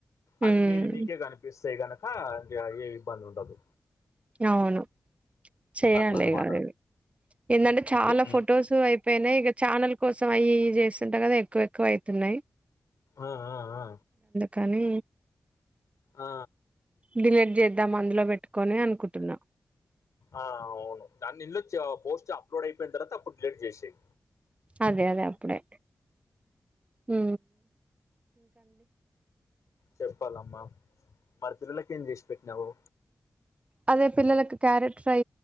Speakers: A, on the right; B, on the left.
A: హ్మ్
B: అది మీది మీకే కనిపిస్తాయి గనుక ఇగ ఏ ఇబ్బంది ఉండదు
A: అవును చెయాలి
B: అట్లా అన్నమాట.
A: గదే ఏందంటే చాలా
B: అది హ్మ్.
A: ఫొటోస్ అయిపోయినాయి ఇగ ఛానల్ కోసం అవి ఇవి చేస్తుంటా కదా ఎక్కువ ఎక్కువ అయితున్నాయి
B: ఆ ఆ ఆ
A: కానీ
B: ఆ
A: డిలీట్ చేద్దాం అందులో పెట్టుకొని అనుకుంటున్నా
B: ఆ అవును దాన్నిలోచ్చి ఆ పోస్ట్ అప్లోడ్ అయిపోయిన తర్వాత అప్పుడు డిలీట్ చేసేయి
A: అదే అదే అప్పుడే ఊ
B: చెప్పాలమ్మా మరి పిల్లలలకు ఏం చేసి పెట్టినావు
A: అదే పిల్లలకు క్యారెట్ ఫ్రై